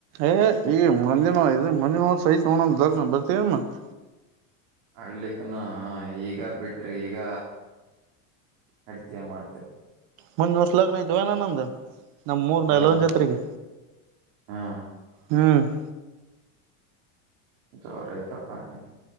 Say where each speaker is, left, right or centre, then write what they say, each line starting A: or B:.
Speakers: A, on the right (about 50°); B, on the right (about 65°).
A: ಏ ಈಗ ಮುಂದಿನ ಇದ ಮರನೇ ವಾರನ ಸೈಟ್ ತಗೊಳೋಣ ಬರ್ತಿನ್ ಮತ್ತ
B: ಅಲ್ಲೀತನ ಈಗ ಬಿಟ್ರಿ ಈಗ ಅಡಿತ ಮಾಡತೆ
A: ಮುಂದಿನವರ್ಷ್ ಲಗ್ನ್ ಐತೊಯೋ ನಂದ ನಮ್ಮ ಊರ್
B: ಹಾ
A: ಡೈಲಾವ್ ಜಾತ್ರಿಗೆ
B: ಹಾ
A: ಹ ಟಕ್
B: ಜೋರ ಐತಪ್ಪ ಹಂಗ